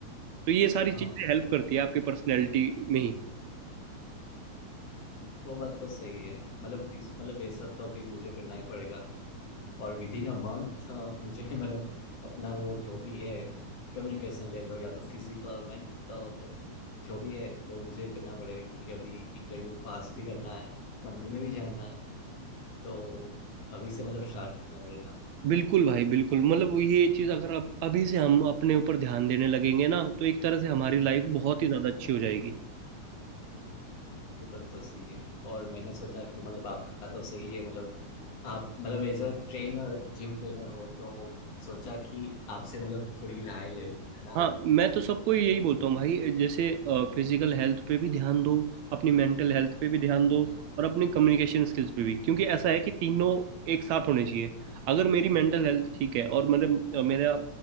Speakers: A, on the right (about 70°); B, on the left (about 85°).
A: तो ये सारी
B: हाँ
A: चीज़ें हेल्प करती है आपके पर्सनैलिटी में ही
B: वो बात तो सही है मतलब इस मतलब ये सब तो अभी मुझे करना ही पड़ेगा और विद इन अ मंथ मुझे <laughs> मतलब अपना वो जो भी है कम्युनिकेशन ले लो या तो फिजिकल मेंटल जो भी है वो मुझे करना पड़ेगा क्योंकि अभी इंटरव्यू पास भी करना है कंपनी में भी जाना है तो अभी से मतलब स्टार्ट करना पड़ेगा
A: बिल्कुल भाई बिल्कुल मतलब वो ये चीज़ अगर अब अभी से हम अपने ऊपर ध्यान देने लगेंगे ना तो एक तरह से हमारी लाइफ बहुत
B: हाँ
A: ही ज़्यादा अच्छी हो जाएगी
B: वो बात तो सही है और मैंने सोचा कि मतलब आपका तो सही है मतलब आप मतलब as a trainer gym trainer हो तो सोचा कि आपसे मतलब थोड़ी राय ले लूं है ना
A: हाँ मैं तो सबको यही बोलता हूँ भाई जैसे फिजिकल हेल्थ पे भी ध्यान दो अपनी मेंटल हेल्थ पे भी ध्यान दो
B: हाँ
A: और अपने कम्युनिकेशन स्किल्स पे भी क्योंकि ऐसा है कि तीनों एक साथ होने चाहिए अगर मेरी मेंटल हेल्थ ठीक है और मतलब अ, मेरा